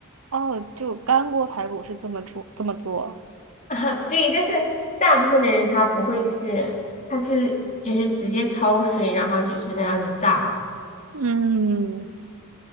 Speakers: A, on the right; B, on the left.
A: 哦，就干锅排骨是这么做这么做啊。
B: <laughs> 啊，对，但是大部分的人他不会，就是他是就是直接焯水，然后就是那样子炸，
A: 嗯，